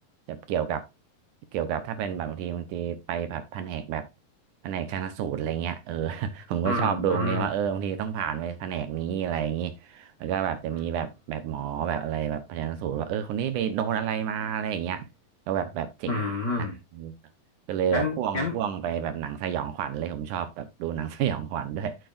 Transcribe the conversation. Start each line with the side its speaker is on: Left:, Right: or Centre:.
Right: จะเกี่ยวกับเกี่ยวกับถ้าเป็นแบบบางทีบางทีไปแบบแผนกแบบแผนกชันสูตรอะไรเงี้ยเออ <laughs> ผมก็ชอบดูตรงนี้ว่าเออบางทีต้องผ่านไปแผนกนี้อะไรอย่างนี้
Left: อืมอืม
Right: แล้วก็แบบจะมีแบบแบบหมอแบบอะไรแบบชันสูตรว่าเออคนนี้ไปโดนอะไรมาอะไรอย่างเงี้ยก็แบบแบบเจ๋งดีนะ
Left: อืมอืม
Right: ก็เลยแบบพ่วงพ่วงไปแบบหนังสยองขวัญเลยผมชอบแบบดูหนังสยองขวัญด้วย
Left: งั้นงั้น